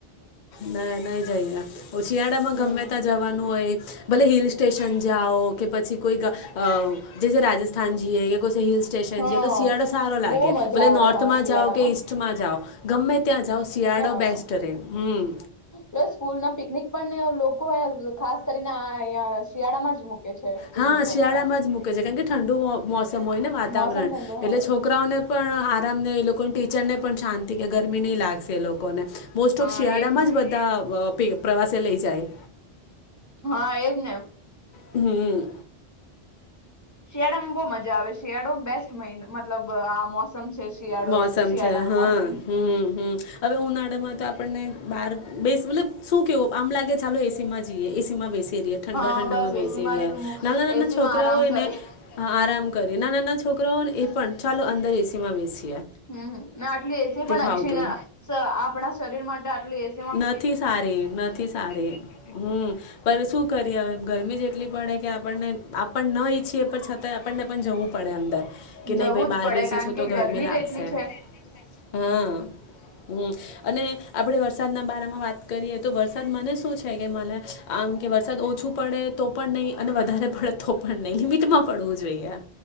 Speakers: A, on the left (about 50°); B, on the left (about 20°).
A: ના, નઈ જઈએ શિયાળા માં
B: હમ
A: ગમેતા જવાનું હોય ભલે હિલ સ્ટેશન જાઓ કે પછી કોઈક, જે રાજસ્થાન જીયેએ કે કોઈ હિલ સ્ટેશન
B: હા
A: જે તો શિયાળો સારો, લાગે
B: બહુ મજા
A: ભ
B: આવે
A: નોર્થમાં
B: હા શિયાળામાં
A: જાવ કે ઈસ્ટમાં જાવ ગમે ત્યાં જાવ શિયાળો
B: હ,
A: બેસ્ટ રહે હમ
B: હ, સ્કૂલ ના પિકનિક આપણ લોકો ખાસ કરીને અહીંયા શિયાળામાં જ મૂકે છે પિકનિક
A: હા શિયાળામાં
B: વગેરે
A: જ મુૂકે છે કારણ કે ઠંડુ મોસમ હોય ને વાતાવરણ
B: મોસમ ઠંડુ
A: એટલે
B: હા
A: છોકરાઓને પણ આરામ ને એ લોકોની ટી ચને પણ શાંતિ કે ગરમી નહી લાગશે લોકોને મોસ્ટ
B: હા
A: ઓફ શિયાળામાં
B: એજ ને
A: જ બધા પ્રે પ્રવાસે લઈ જાય
B: હા, એજ ને
A: હમ
B: શિયાળામાં બહુ મજા આવે શિયાળો બેસ્ટ મહિનો મતલબ આ મોસમ છે શિયાળો
A: મોસમ
B: શિયાળાનો
A: છે હ,
B: મોસમ
A: હમ, હમ, હવે ઉનાળામાં તો આપણને બાર બેસ, મતલબ શું કેવો આમ લાગે ચાલો એસી માં જઈએ, એસી માં બેસી પહેરીએ ઠંડા
B: હા
A: ઠંડામાં
B: બસ
A: બેસી
B: એસીમાં
A: રહ્યા,
B: જ
A: નાના નાના
B: એસીમાં
A: છોકરાઓ
B: આરામ
A: એને
B: કરી
A: આરામ કરીએ નાના -નાના છોકરાઓને એ પણ ચાલો અંદર એસીમાં બેસી
B: હમ, આટલી એસી પણ
A: ફાવતું
B: અંછી ના આપણા શરીર માટે આટલી એસી
A: નથી સારી, નથી સારી હમ શું કરી કે હવે ગરમી જેટલી પડે કે આપણને આપણ ન ઈચ્છીએ પણ છતાંય આપણને પણ જવું પડે અંદર કે
B: જવું
A: નહી ભાઈ બહાર
B: જ પડે
A: બેસીશું
B: કારણ
A: તો
B: કે
A: ગરમી લાગશે
B: જ એટલી છે
A: હમ, હ અને આપડે વર્ષ વરસાદના બારામાં વાત કરીએ તો વરસાદ મને શું છે કે મને આમ કે વરસાદ ઓછું પડે તો પણ નહીં અને વધારે પડે તો પણ નહીં લિમિટમાં પડવું જોઈએ.